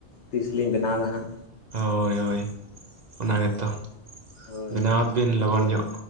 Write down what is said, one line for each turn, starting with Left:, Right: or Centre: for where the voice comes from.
Left: ᱛᱤᱥᱞᱤᱧ ᱵᱮᱱᱟᱣ ᱫᱟ ᱦᱟᱸᱜ᱾
Right: ᱦᱳᱭ ᱦᱳᱭ ᱚᱱᱟ ᱜᱮᱛᱚ
Left: ᱦᱳᱭ
Right: ᱵᱮᱱᱟᱣ ᱦᱚᱫ ᱵᱤᱱ ᱞᱚᱜᱚᱱ ᱧᱚᱜ᱾